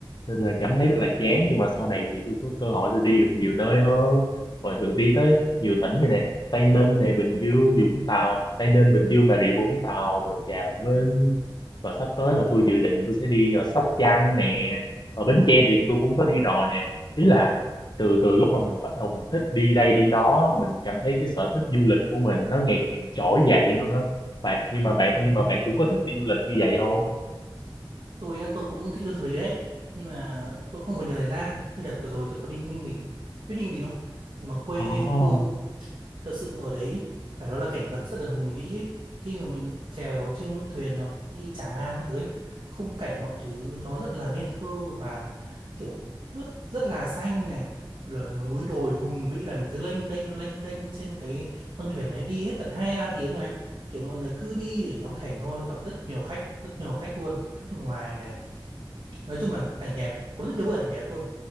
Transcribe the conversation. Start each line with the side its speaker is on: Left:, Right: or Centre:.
Left: nên là cảm thấy rất là chán nhưng mà sau này thì tôi có cơ hội tôi đi được nhiều nơi hơn rồi được đi tới nhiều tỉnh như nè Tây Ninh này Bình Dương Vũng Tàu Tây Ninh Bình Dương Bà Rịa Vũng Tàu và Trà Vinh và sắp tới là tôi dự định tôi sẽ đi ở Sóc Trăng nè ở Bến Tre thì tôi cũng có đi rồi nè ý là từ từ lúc mà mình bắt đầu mình thích đi đây đi đó mình cảm thấy cái sở thích du lịch của mình nó ngày càng trỗi dậy hơn đó bạn nhưng mà bạn
Right: ừ.
Left: nhưng mà
Right: ừ.
Left: bạn cũng có thích đi du lịch như vậy không
Right: tôi á, tôi cũng thích đi du lịch đấy nhưng mà tôi không có nhiều thời gian như đợt vừa rồi tôi có đi Ninh Bình ấy. biết Ninh Bình không mà quê
Left: Ồ,
Right: hương thực sự ở đấy phải nói là cảnh vật rất là hùng vĩ ấy. khi mà mình trèo trên thuyền nó đi Tràng An các thứ ấy khung cảnh mọi thứ nó rất là nên thơ và kiểu nước rất là xanh này là núi đồi hùng vĩ là mình cứ lênh đênh lênh đênh trên cái con thuyền này đi hết tận hai ba tiếng mà kiểu mọi người cứ đi để ngắm cảnh thôi gặp rất nhiều khách rất nhiều khách luôn khách nước ngoài này nói chung là cảnh đẹp có rất nhiều bức ảnh đẹp luôn